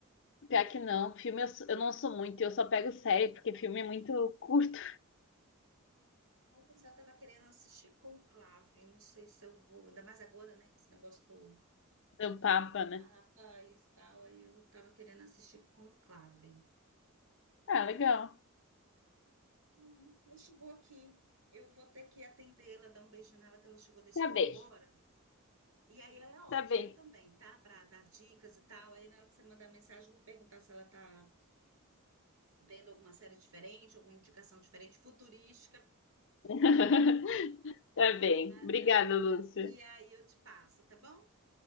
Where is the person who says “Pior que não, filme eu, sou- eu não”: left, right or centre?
Left